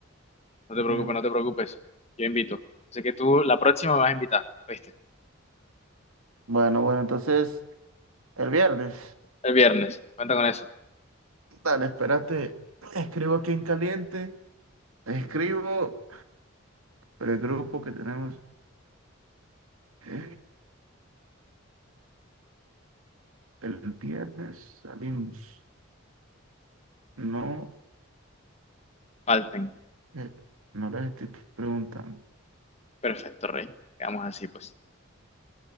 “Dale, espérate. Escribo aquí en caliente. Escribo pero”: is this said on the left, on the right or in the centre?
Right